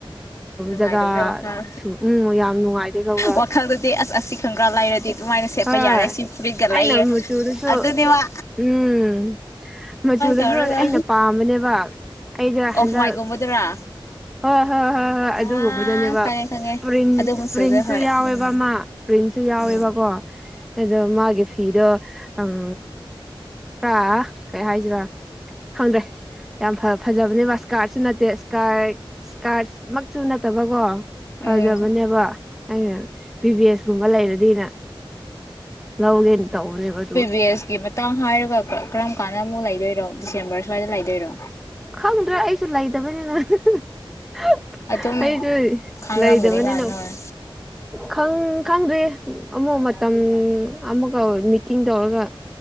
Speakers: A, on the left (about 35°); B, in the centre.
A: ꯅꯨꯡꯉꯥꯏꯗꯕꯗ
B: ꯖꯒꯥ
A: ꯋꯥꯈꯜ
B: ꯁꯨ ꯎꯝ ꯌꯥꯝ ꯅꯨꯡꯉꯥꯏꯇꯦ ꯈꯪꯕ꯭ꯔꯥ
A: ꯋꯥꯈꯜꯗꯨꯗꯤ ꯑꯁ ꯑꯁꯤ ꯈꯪꯕ꯭ꯔꯥ ꯂꯩꯔꯗꯤ ꯑꯗꯨꯃꯥꯏꯅ ꯁꯦꯠꯄ
B: ꯍꯣꯏ
A: ꯌꯥꯔꯦ ꯁꯤ ꯐꯨꯔꯤꯠꯒ
B: ꯑꯩꯅ
A: ꯂꯩꯑꯦ
B: ꯃꯆꯨꯗꯨꯁꯨ
A: ꯑꯗꯨꯗꯤ ꯃꯥ
B: ꯎꯝ ꯃꯆꯨꯗꯁꯨ
A: ꯇꯧꯔꯒ
B: ꯑꯩꯅ ꯄꯥꯝꯕꯅꯦꯕ ꯑꯩꯗ
A: ꯑꯣꯐ
B: ꯍꯟꯗꯛ
A: ꯋꯥꯏꯠꯒꯨꯝꯕꯗꯨꯔꯥ
B: ꯍꯣꯏ ꯍꯣꯏ ꯍꯣꯏ ꯍꯣꯏ ꯑꯗꯨꯒꯨꯝꯕꯗꯅꯦꯕ
A: ꯑꯥ ꯈꯪꯉꯦ ꯈꯪꯉꯦ
B: ꯄ꯭ꯔꯤꯟ
A: ꯑꯗꯨ ꯃꯆꯨꯗꯣ
B: ꯄ꯭ꯔꯤꯟꯁꯨ
A: ꯍꯣꯏ
B: ꯌꯥꯎꯋꯦꯕ
A: ꯎꯝ
B: ꯄ꯭ꯔꯤꯟꯁꯨ ꯌꯥꯎꯋꯦꯕꯀꯣ
A: ꯎꯝ
B: ꯑꯗꯣ ꯃꯥꯒꯤ ꯐꯤꯗꯣ ꯑꯪ ꯄ꯭ꯔꯥ ꯀꯩ ꯍꯥꯏꯖꯤꯔ ꯈꯪꯗ꯭ꯔꯦ ꯌꯥꯝ ꯐ ꯐꯖꯕꯅꯦꯕ ꯏꯁꯀꯥꯔꯠꯁꯨ ꯅꯠꯇꯦ ꯏꯁꯀꯥꯔ ꯏꯁꯀꯥꯔꯠ ꯃꯛꯁꯨꯨ ꯅꯠꯇꯕꯀꯣ ꯐꯖꯕꯅꯦꯕ
A: ꯎꯝ
B: ꯑꯩꯅ ꯄꯤ ꯕꯤ ꯑꯦꯁ ꯀꯨꯝꯕ ꯂꯩꯔꯗꯤꯅ ꯂꯧꯒꯦꯅ ꯇꯧꯕꯅꯦꯕ ꯑꯗꯨ
A: ꯄꯦꯁꯀꯤ ꯃꯇꯥꯡ ꯍꯥꯏꯔꯒ ꯀꯔꯝ ꯀꯥꯟꯗ ꯑꯃꯨꯛ ꯂꯩꯗꯣꯏꯔꯣ ꯗꯤꯁꯦꯝꯕꯔ ꯁ꯭ꯋꯥꯏꯗ ꯂꯩꯗꯣꯏꯔꯣ
B: ꯈꯪꯗ꯭ꯔꯦ ꯑꯩꯁꯨ ꯂꯩꯇꯕꯅꯤꯅ <unintelligible>
A: ꯑꯗꯨꯝ
B: ꯑꯩꯖꯨ
A: ꯈꯥꯡꯔꯝꯒꯅꯤꯅ
B: ꯂꯩꯗꯕꯅꯤꯅ
A: ꯅꯣꯏ
B: ꯈꯪ ꯈꯪꯗ꯭ꯔꯤ ꯑꯃꯨꯛ ꯃꯇꯝ ꯑꯃꯒ ꯃꯤꯇꯤꯡ ꯇꯧꯔꯒ